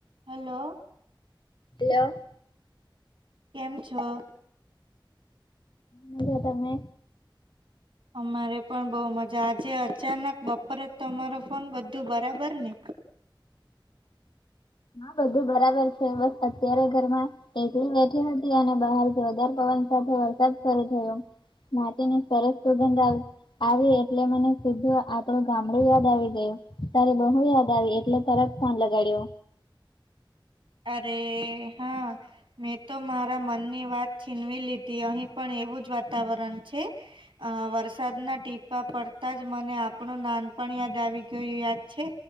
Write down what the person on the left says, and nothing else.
Hello.
મજામાં તમે.
હા, બધું બરાબર છે, બસ અત્યારે ઘરમાં. એકરી બેઠી હતી, અને બહાર જોરદાર પવન સાથે વરસાદ શરૂ થયો. મા ન સરસ સુગંધ આવે. આવી, એટલે મને સીધું આપણું ગામડું યાદ આવી ગયું, તારે બહુ યાદ આવી, એટલે તરત કોણ લગાડીઓ.